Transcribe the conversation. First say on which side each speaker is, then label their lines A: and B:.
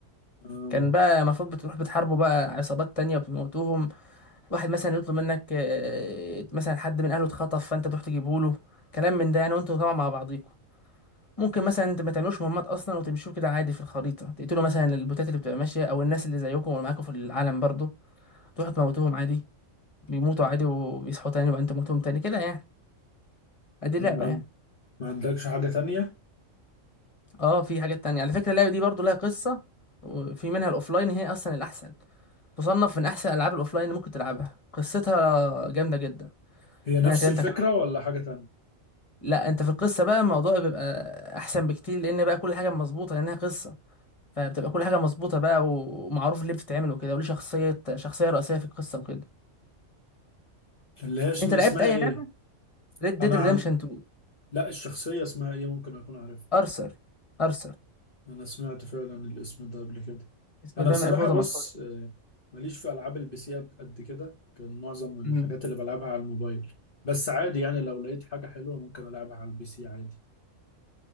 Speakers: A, on the left; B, on the left.
A: اه
B: كان بقى المفروض بتروح بتحاربوا بقى عصابات تانية وبتموتوهم واحد مثلا يطلب منك آه، مثلا حد من أهله اتخطف فأنت بتروح تجيبه له كلام من ده يعني وأنتوا طبعا مع بعضيكوا ممكن مثلا انت ما تعملوش مهمات اصلا وتمشوا كده عادي في الخريطه تقتلوا مثلا البوتات اللي بتبقى ماشيه او الناس اللي زيكم واللي معاكم في العالم برضو تروحوا تموتوهم عادي بيموتوا عادي وبيصحوا تاني وبعدين تموتوهم تاني كده يعني ادي لعبه
A: طب ما, عن-
B: يعني
A: ما عندكش حاجه تانية
B: اه في حاجات تانية على فكرة اللعبة دي برضو لها قصة وفي منها الأوفلاين هي أصلا الأحسن تصنف من أحسن ألعاب الأوفلاين اللي ممكن تلعبها قصتها جامدة جدا
A: هي نفس
B: إن أنا كلمتك
A: الفكره
B: عنها
A: ولا حاجه تانية
B: لا أنت في القصة بقى الموضوع بيبقى أحسن بكتير لأن بقى كل حاجة مظبوطة لأنها قصة فبتبقى
A: اه
B: كل حاجة مظبوطة بقى ومعروف اللي بتتعمل وكده وليه شخصية شخصية رئيسية في القصة وكده
A: اللي هي اسم-
B: أنت لعبت
A: اسمها
B: أي
A: ايه
B: لعبة؟ ريد ديد
A: انا
B: ريدمشن
A: عل...
B: 2
A: لا الشخصيه اسمها ايه ممكن اكون عارفها
B: أرثر أرثر
A: انا سمعت فعلا الاسم ده قبل كده
B: اسمه
A: انا
B: ده
A: بصراحه
B: من 2018
A: بص آه، ماليش في العاب البي سي قد قد كده كان معظم الحاجات
B: مم.
A: اللي بلعبها على الموبايل بس عادي يعني لو لقيت حاجه حلوه ممكن العبها على البي سي عادي